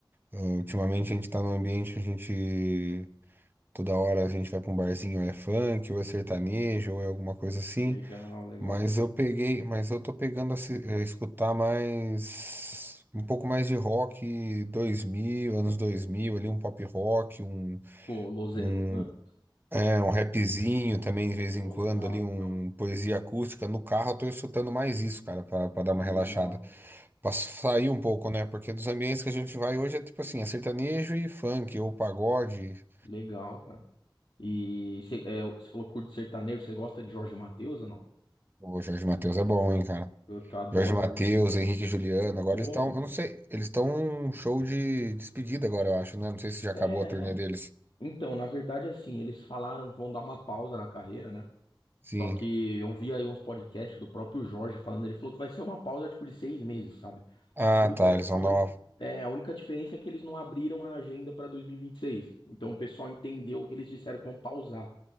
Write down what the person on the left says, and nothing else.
Legal, legal.
Pô, Los Hermanos.
Pô,
legal,
legal.
Legal.
Legal, cara. E você é, você falou curto sertanejo, você gosta de Jorge Mateus ou não?
Eu t- adoro
Jorge Mateus.
Porra.
É,
Então, na verdade, assim, eles falaram que vão dar uma pausa na carreira, né?
Só que eu vi aí uns podcasts do próprio Jorge falando, ele falou que vai ser uma pausa tipo de seis meses, sabe?
A única,
a única,
é, a única diferença é que eles não abriram a agenda para dois mil e e vinte e seis. Então o pessoal entendeu que eles disseram que vão pausar.